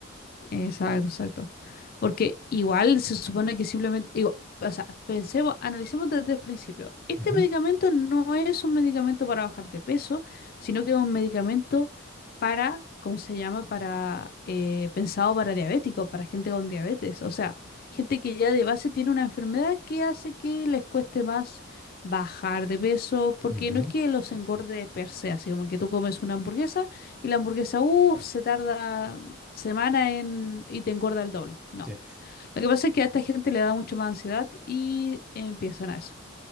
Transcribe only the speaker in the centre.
Ujú,
ujú,
sí,